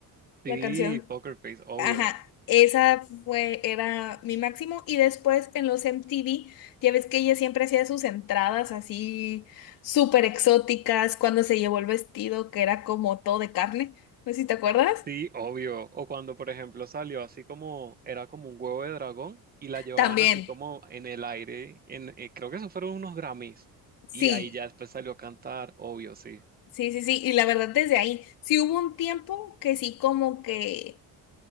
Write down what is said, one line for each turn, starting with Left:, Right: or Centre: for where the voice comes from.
Left: la
Right: Sí,
Left: canción
Right: Poker Face, obvio.
Left: Ajá, esa fue, era mi máximo. Y después en los MTV, ya ves que ella siempre hacía sus entradas así súper exóticas cuando se llevó el vestido que era como todo de carne. No sé si te acuerdas.
Right: Sí, obvio. O cuando, por ejemplo, salió así como, era como un huevo de dragón y la llevaban
Left: También,
Right: así como en el aire, en, eh, creo que eso fueron unos Grammys.
Left: sí,
Right: Y ahí ya después salió a cantar, obvio, sí.
Left: sí, sí, sí. Y la verdad, desde ahí, sí hubo un tiempo que sí como que,